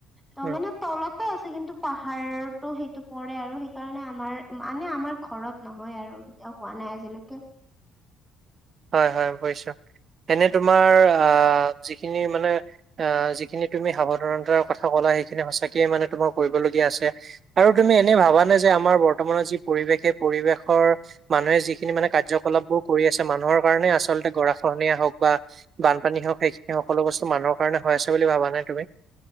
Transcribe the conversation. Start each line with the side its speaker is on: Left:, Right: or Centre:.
Centre: ত
Right: উম
Centre: মানে তলত, ঠিকে আছে কিন্তু পাহাৰতো সেইটো পৰে আৰু সেইকাৰণে আমাৰ মানে আমাৰ, ঘৰত নহয় আৰু কেতিয়াও হোৱা নাই আজিলৈকে।
Right: হয় হয় বুজিছোঁ এনে তোমাৰ যিখিনি মানে, আহ যিখিনি তুমি সাৱধানতাৰ কথা ক'লা সেইখিনি সঁচাকৈয়ে মানে তোমাৰ কৰিবলগীয়া আছে। আৰু তুমি এনেই ভাবা নে যে আমাৰ বৰ্তমানৰ যি পৰিৱেশ সেই পৰিৱেশৰ, মানুহে যিখিনি মানে কাৰ্যকলাপবোৰ কৰি আছে মানুহৰ কাৰণে আচলতে গৰাখহনীয়া হওক বা, বানপানী হওক সেইখিনি সকলো বস্তু মানুহৰ কাৰণে হৈ আছে বুলি ভাবা নে তুমি?